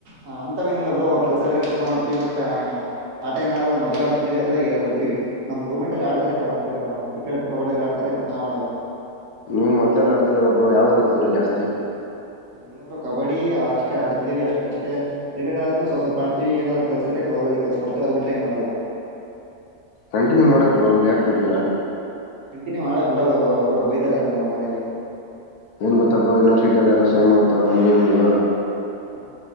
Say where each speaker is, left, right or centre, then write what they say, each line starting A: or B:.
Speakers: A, on the right; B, on the left.
A: ಹ ಅಂತ ಮೇನಿಲ್ಲ ಬ್ರೋ ಕೆಲಸ ಆದ್ರೆ ಕೆಲಸ ಮಾಡ್ತತಿೀವಿ ಬಟ್ ಆಟ ಏನ್ ಆಡಲ್ಲ ಮೊ್ಲ ಆಡ್ತಿದ್ವಿ ಎಲ್ಲ ಈಲ್ಲ ಹುಟ್ಟಿವವಿ ನಮ್ ರೂಮ್ೆಂಟ್ ಎಲ್ಲ ಆಡ್ತ ಕ್ರಿಕೆಟ್ ಕಬಡ್ಡಿ ಎಲ್ಲಿ ಆಡ್ತಾರೆ ಬಟ್ ನಾವ್ ಆಡಲ್ಲ
B: ನೀವು ಮೊದ್ಲೆಲ್ ಆಡ್ತದರ ಒಬ್ರ ಯಾವ್ದ ಆಡ್ತರ ಜಾಸ್ತಿ
A: ಇಲ್ಲಬ್ರು ಕಬಡ್ಡಿ ಅಷ್ಟೇ ಆಡ್ತೀವಿ ಅಷ್ಟ್ ಕಷ್ಟೇ ಕ್ರಿಕೆಟ್ ಆಡದ್ರೆ ಸ್ವ ಸ್ವಲ್ಪ ಆಡ್ತತಿವಿ ಏನಾದ್ರರು ಕೆಲಸದ್ರೆ ಒಲ್ಲಲ್ಲಿ ಕೆಲಸ ಮಾಡ್ತೀವಿ ಅದ್ ಬಿಿಟ್ರ ಏ ಮಾಡಲ್ಲ
B: ಕಂಟಿನ್ಯೂ ಮಾಡಕ್ ಬ್ರೋ ಯಾಕ್ ಬಿಟ್ಟಿದರಾ
A: ಕಂಟಿನ್ಯೂ ಮಾಡಾಕ್ ಬಿಡಲ್ಲ ಬೈತಾರೆ ನಮ್ಮ ಮನೇಲಿ
B: ಏನ್ ಗೊತ್ತಬ್್ರೋ ಯೂನಿವರ್ಸಿಟಿ ಅದೆಲ್ಲ ಸೇಮ್ ಆಗುತ್ತತ್ತಲ್ಲ ನಮ್ದುಮ್ದು
A: ಹಾ